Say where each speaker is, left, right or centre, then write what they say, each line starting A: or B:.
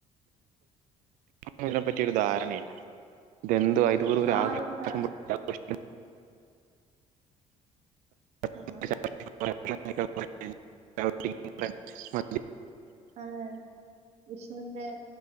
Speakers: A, on the right; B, on the right.
A: ഇതിനെ പറ്റിയ ഒരു ധാരണയില്ല ഇതെന്തോന്തുവാ ഇത് വെറും ഒരു
B: ആഹ്
A: ആഘോഷം
B: ഇല്ല
A: പടക്കം പൊട്ടിച്ചകോഷി ഈ
B: ആഹ്
A: പ്രാവിശ്യം
B: അതേ വിഷ്ണുവിന്റെ